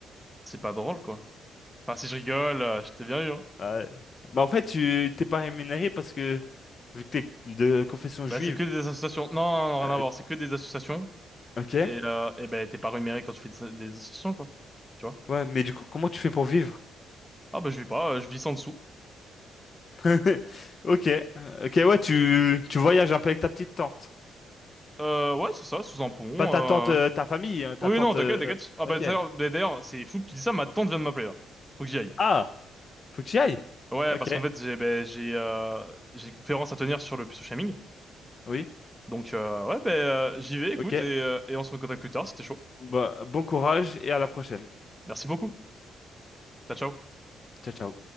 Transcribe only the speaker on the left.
ah Ouais. Bah en fait, tu t'es pas rémunéré parce que vu que t'es de confession juive.
euh,
ok.
Ouais, mais du coup, comment tu fais pour vivre?
<laughs> Ok. Euh, Ok ouais, tu tu voyages un peu avec ta petite tante.
Pas ta tante, euh,
ta famille, hein, ta
tante.
euh,
euh,
Ok.
Ah, faut que tu y
Ok,
oui,
ok.
Bah, bon courage et à la prochaine.
Ciao, ciao.